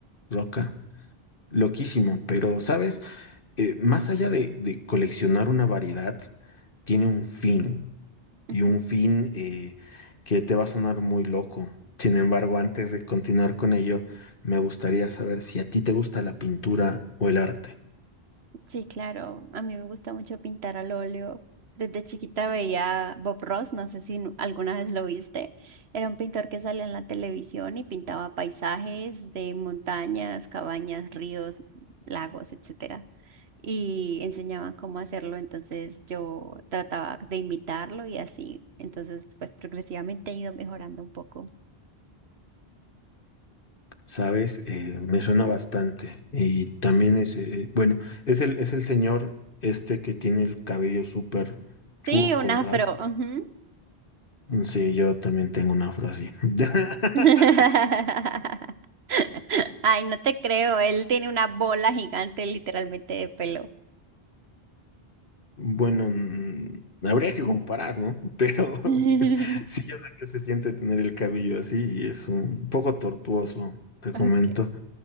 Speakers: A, on the left; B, on the right.
A: roca. Loquísimo, pero ¿sabes? eh, más allá de, de coleccionar una variedad, tiene un fin. Y
B: ujú.
A: un fin eh, que te va a sonar muy loco. Sin embargo, antes de continuar con ello, me gustaría saber si a ti te gusta la pintura o el arte.
B: Sí, claro, a mí me gusta mucho pintar al óleo. Desde chiquita veía Bob Ross, no sé si nu- alguna vez lo viste. Era un pintor que salía en la televisión y pintaba paisajes de montañas, cabañas, ríos, lagos, etcétera. y enseñaban cómo hacerlo, entonces yo trataba de imitarlo y así, entonces pues progresivamente he ido mejorando un poco.
A: ¿Sabes? Eh, me suena bastante. Y también es, eh, bueno, es el, es el señor este que tiene el cabello súper churco,
B: Sí, un afro.
A: ¿verdad?
B: ujú.
A: Mm, Sí, yo también tengo un afro así. <laughs>
B: <laughs> Ay, no te creo, él tiene una bola gigante literalmente de pelo.
A: Bueno, mm, habría que comparar, ¿no? Pero
B: <laughs>
A: <laughs> sí, yo sé que se siente tener el cabello así y es un poco tortuoso, te comento.
B: Okay.